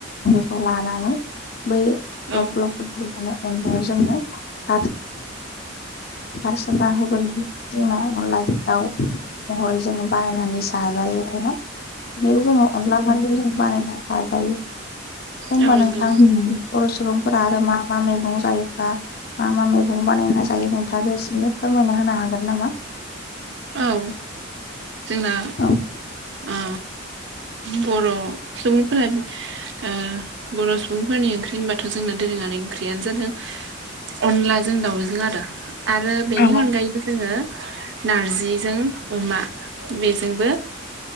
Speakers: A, on the left; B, on the right.
A: जों <unintelligible> लानानै बै ग्लब
B: औ
A: ग्लब <inaudible> गारसोमना होबोलानो जोंना अनलाजों दाउ महरै जोङो बानायनानै जाजायो आरोना बिदिनो जोङो अनला <inaudible> जों बानायनानै जाजायो। होमबा
B: औ नंगौ
A: नोंथां बर' सुबुंफोरा आरो मा मा मैगं जायो बा मा मा मैगं बानायना जायो नोंथांआबो एसे फोरमायना होनो हागोन नामा?
B: औ जोंना
A: औ
B: ओ बर' सुबुंफोरा ओ बर' सुबुंफोरनि ओंख्रि होनबाथ' जोंना दोरोङारि ओंख्रियानो जादों अनलाजों दाउजों आरो आरो बेनि
A: औ
B: अनगायैबो जोङो नारजिजों अमा बेजोंबो